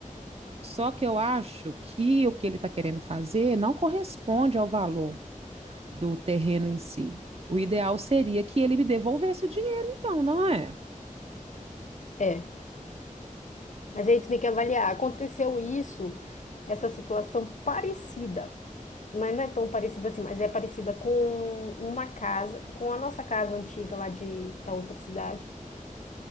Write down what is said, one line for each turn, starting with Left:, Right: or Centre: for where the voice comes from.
Right: Só que eu acho que o que ele está querendo fazer não corresponde ao valor do terreno em si. O ideal seria que ele me devolvesse o dinheiro, então, não é?
Left: É. Mas aí tu tem que avaliar. Aconteceu isso, essa situação parecida mas não é tão parecida assim, mas é parecida com uma casa, com a nossa casa antiga lá de, da outra cidade.